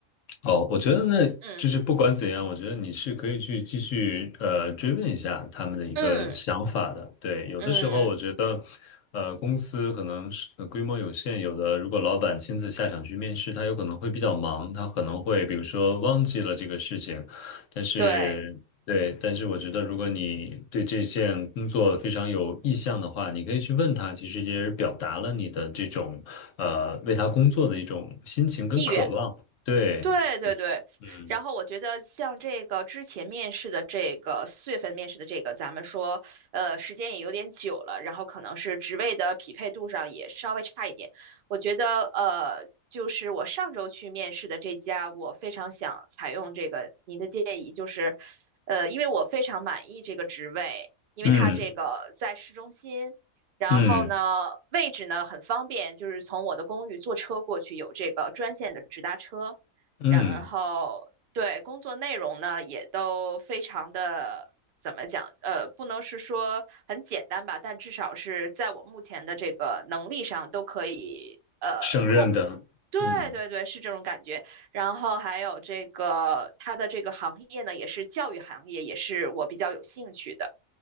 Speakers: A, on the left; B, on the right.
A: 哦，我觉得那就是不管怎样，
B: 嗯
A: 我觉得你是可以去继续呃追问一下他们的一个想法的。
B: 嗯
A: 对，有的时候我觉得，
B: 嗯，
A: 呃，公司可能是呃规模有限，有的如果老板亲自下场去面试，他有可能会比较忙，他可能会比如说忘记了这个事情。但是，
B: 对，
A: 对，但是我觉得如果你对这件工作非常有意向的话，你可以去问他，其实也是表达了你的这种呃为他工作的一种心情跟渴望。
B: 意愿。
A: 对，
B: 对对对，
A: 嗯
B: 然后我觉得像这个之前面试的这个四月份面试的这个，咱们说，呃，时间也有点久了，然后可能是职位的匹配度上也稍微差一点。我觉得，呃，就是我上周去面试的这家，我非常想采用这个您的建议，就是，呃，因为我非常满意这个职位，因为它这个在市中心。
A: 嗯
B: 然后呢，
A: 嗯
B: 位置呢很方便，就是从我的公寓坐车过去，有这个专线的直达车。
A: 嗯，
B: 然后对工作内容呢，也都非常的怎么讲？呃，不能是说很简单吧，但至少是在我目前的这个能力上都可以呃控。
A: 胜任的，
B: 对对对，
A: 嗯，
B: 是这种感觉。然后还有这个它的这个行业呢，也是教育行业，也是我比较有兴趣的。